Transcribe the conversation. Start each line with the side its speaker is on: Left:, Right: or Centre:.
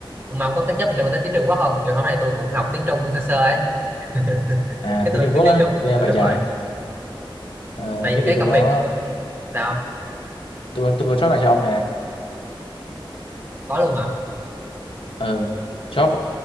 Right: ông mong có cái chấp liên tới tiếng Trung Quốc không kiểu hôm nay tôi cũng học tiếng Trung sơ sơ ấy <laughs>
Left: À
Right: cái
Left: tiếng
Right: tôi
Left: Trung
Right: biết
Left: Quốc
Right: tiếng
Left: á.
Right: Trung
Left: Ghê
Right: ờ
Left: vậy
Right: đúng
Left: trời.
Right: rồi
Left: Ờ,
Right: tại
Left: thế
Right: vì cái
Left: thì tôi
Right: công
Left: có
Right: việc của tôi sao
Left: tôi có tôi có job này cho ông nè
Right: có luôn hả
Left: ờ job